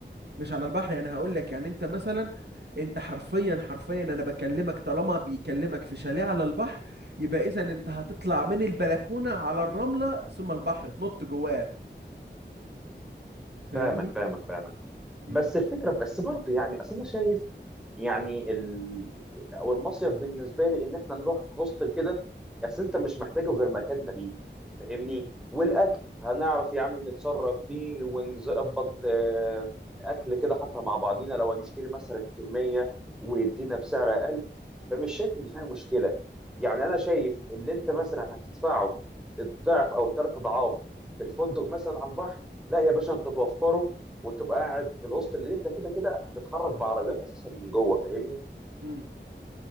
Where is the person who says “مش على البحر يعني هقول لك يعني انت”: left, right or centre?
Right